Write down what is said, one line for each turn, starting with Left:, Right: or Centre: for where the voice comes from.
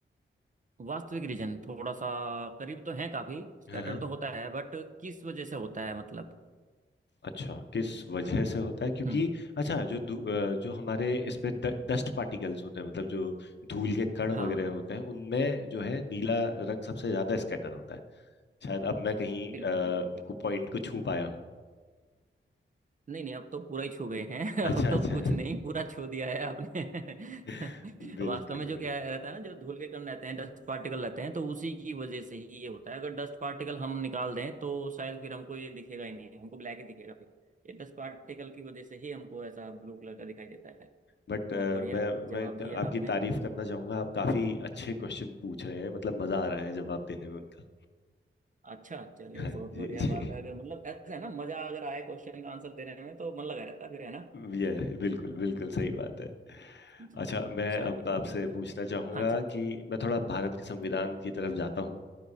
Right: वास्तविक रीजन थोड़ा सा करीब तो है काफी स्कैटर
Left: हाँ हाँ
Right: तो होता है बट किस वजह से होता है मतलब
Left: अच्छा किस वजह से होता है क्योंकि
Right: हम्म
Left: अच्छा जो धू- अ,
Right: हम्म,
Left: जो हमारे इस पे ड, डस्ट पार्टिकल्स होते हैं मतलब जो धूल के कण
Right: हाँ
Left: वगैरह होते हैं उनमें जो है नीला रंग सबसे ज्यादा स्कैटर होता है शायद अब मैं कहीं
Right: बिल्कुल
Left: अ,
Right: बिल्कुल बिल्कुल
Left: को पॉइंट को छू पाया हूँ
Right: नहीं नहीं अब तो पूरा ही छू गए हैं <laughs> अब
Left: अच्छा
Right: तो
Left: अच्छा
Right: कुछ नहीं पूरा छू दिया है आपने
Left: <laughs>
Right: <laughs>
Left: बिल्कुल
Right: वास्तव में जो क्या रहता है ना जो धूल के कण रहते हैं डस्ट पार्टिकल रहते हैं तो उसी की वजह से ही ये होता है अगर डस्ट पार्टिकल हम निकाल दें तो शायद फिर हमको ये दिखेगा ही नहीं हमको ब्लैक ही दिखेगा फिर ये डस्ट पार्टिकल की वजह से ही हमको ऐसा ब्लू कलर का दिखाई देता है
Left: बट
Right: बहुत
Left: मैं
Right: बढ़िया जवाब
Left: मैं क-
Right: दिया
Left: आपकी
Right: आपने
Left: तारीफ करना चाहूंगा आप काफी अच्छे क्वेश्चन पूछ रहे हैं मतलब मजा आ रहा है जवाब देने में उनका
Right: अच्छा चलिए
Left: हाँ
Right: बहुत
Left: जी
Right: बढ़िया
Left: जी
Right: बात है अगर मतलब ऐसा है ना मजा अगर आए क्वेश्चन का आंसर देने में तो मन लगा रहता है फिर है ना
Left: ये बिल्कुल बिल्कुल सही बात है
Right: जी
Left: अच्छा
Right: जी
Left: मैं
Right: चलिए
Left: अब आपसे
Right: चलिए
Left: पूछना चाहूंगा
Right: हाँ जी
Left: कि मैं थोड़ा भारत के संविधान की तरफ जाता हूँ